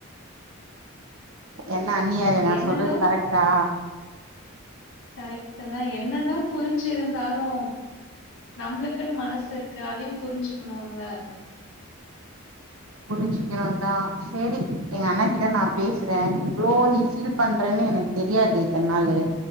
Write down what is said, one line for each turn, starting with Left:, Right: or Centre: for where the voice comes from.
Right: என்ன அண்ணியாரே நா
Left: என்னதா
Right: சொல்றது கரெக்டா
Left: கரெக்ட் தா என்னதா புரிஞ்ருந்தாலு நம்ளுக்குன் மனசு இருக்கு அதயு புரிஞ்சுக்ணுல
Right: புரிஞ்சிகீரணு தா சேரி எங்க அண்ணா கிட்ட நா பேசுறே இவ்ளோ நீ ஃபீல் பண்றனு எனக்கு தெரியாது இத்தனாலு